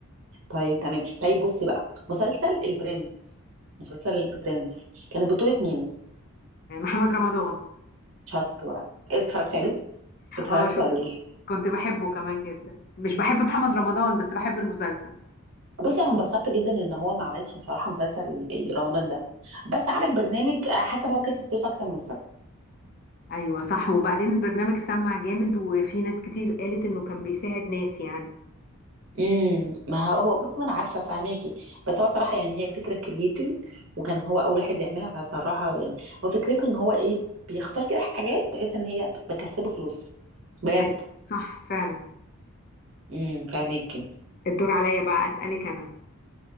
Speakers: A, on the right; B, on the left.
A: طيب تمام طيب بصي بقى مسلسل البرنس مسلسل البرنس كان بطولة مين؟
B: آه محمد رمضان
A: شطورة اتفرجتي عليه؟ اتفرجت
B: اه شفته
A: عليه
B: كنت بحبه كمان جدا مش بحب محمد رمضان بس بحب المسلسل
A: بصي أنا انبسطت جدا إن هو ما عملش بصراحة مسلسل ال- رمضان ده بس عمل برنامج آه، حاسة إن هو كسب فلوس أكتر من المسلسل
B: ايوه صح وبعدين البرنامج سمع جامد وفي ناس كتير قالت انه كان بيساعد ناس يعني
A: امم ما هو هو بص ما انا عارفه فاهماكي بس هو صراحه يعني هي فكره كرييتيف وكان هو اول واحد يعملها فصراحه يعني هو فكرته ان هو ايه بيختار كده حاجات تحس ان هي بتكسبه فلوس بجد
B: ايوه صح فعلا
A: امم فاهماكي
B: الدور عليا بقى اسالك انا